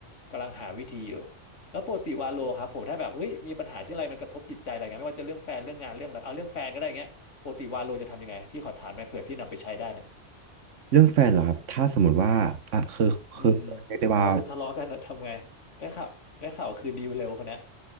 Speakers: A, on the left; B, on the right.
A: กำลังหาวิธีอยู่แล้วปกติวาโลครับผมถ้าแบบเฮ้ยมีปัญหาที่อะไรมันกระทบจิตใจอะไรเงี้ยไม่ว่าจะเรื่องแฟนเรื่องงานเรื่องอะไรเอาเรื่องแฟนก็ได้เงี้ยปกติวาโลจะทำยังไงพี่ขอถามหน่อยเผื่อพี่นำไปใช้ได้เนี่ย
B: เรื่องแฟนเหรอครับถ้าสมมติว่าอ่ะคือคือเรียกได้ว่า
A: อืมถ้ามุดทะเลาะกัน <laughs> นะทำไงได้ข่าวได้ข่าวคืนดีเร็วคนเนี้ย